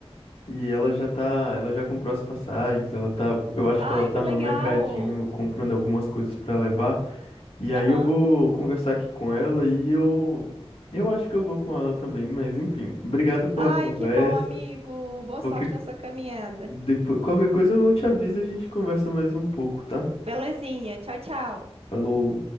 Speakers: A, on the left; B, on the right.
A: e ela já tá, ela já comprou as passagens, ela tá, eu acho
B: Ai,
A: que ela tá
B: que legal!
A: no mercadinho comprando algumas coisas para levar. E aí
B: Aham.
A: eu vou conversar aqui com ela e eu eu acho que eu vou com ela também, mas enfim, obrigado pela
B: Ai,
A: conversa.
B: que bom, amigo. Boa
A: Qualquer
B: sorte na sua caminhada.
A: Depois, qualquer coisa eu te aviso e a gente conversa mais um pouco, tá?
B: Belezinha. Tchau, tchau.
A: Falou.